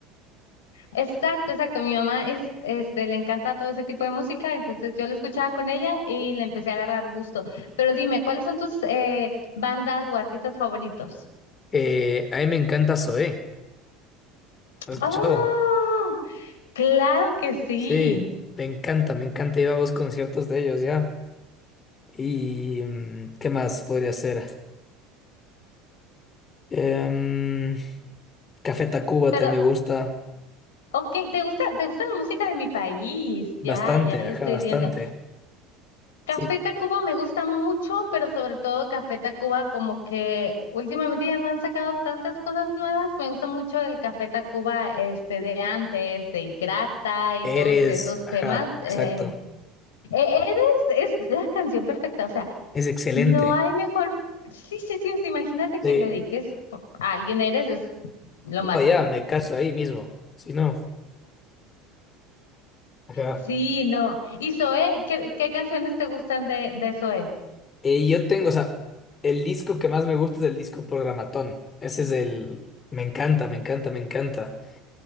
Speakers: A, on the left (about 85°); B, on the left (about 35°).
A: Exacto, exacto. Mi mamá es, este, le encanta todo ese tipo de música, entonces yo la escuchaba con ella y le empecé a agarrar gusto. Pero dime, ¿cuáles son tus eh, bandas o artistas favoritos?
B: Eh, a mí me encanta Zoé. ¿Has escuchado?
A: Oh, claro que sí.
B: Sí, me encanta, me encanta ir a los conciertos de ellos ya. Y mm, ¿qué más podría ser? Em, Café Tacuba
A: Pero,
B: también me gusta
A: ok, ¿te gusta, te gusta la música de mi país?
B: bastante,
A: Ya, ya lo
B: ajá,
A: estoy
B: bastante.
A: viendo. Café
B: Sí,
A: Tacuba me gusta mucho, pero sobre todo Café Tacuba como que últimamente ya no han sacado tantas cosas nuevas. Me gusta mucho el Café Tacuba este de antes, de Ingrata y
B: Eres,
A: todos esos
B: ajá,
A: temas. Eh,
B: exacto.
A: e- eres es la canción perfecta, o sea,
B: Es excelente.
A: no hay mejor. Sí, sí, sí, o sea, imagínate que
B: Sí,
A: le dediques a alguien eres es lo
B: no,
A: máximo.
B: ya me caso ahí mismo. Si no, ajá.
A: Sí, no. ¿Y Zoé? ¿Qué, qué canciones te gustan de de Zoé?
B: Eh, yo tengo, o sea, el disco que más me gusta es el disco Programatón. Ese es el... Me encanta, me encanta, me encanta.